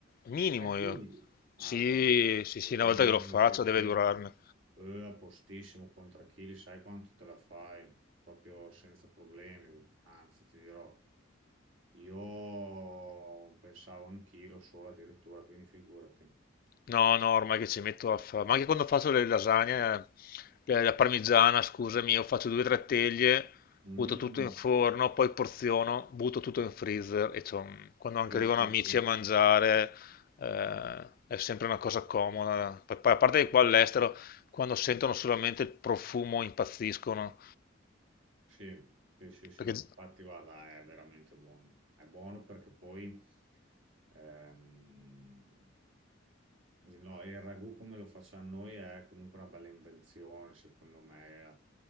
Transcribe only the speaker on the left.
minimo
io.
Sì, sì,
sì, una volta che lo faccio
deve durarne.
No, no, ormai che ci metto a fare, ma anche quando faccio le lasagne, eh, eh, la parmigiana, scusami, io faccio due o tre teglie,
butto tutto in forno, poi porziono, butto tutto in freezer e c'ho- quando anche
arrivano amici
a mangiare eh, è sempre una cosa comoda. Poi- poi, a parte che qua all'estero, quando sentono solamente il profumo impazziscono,
perché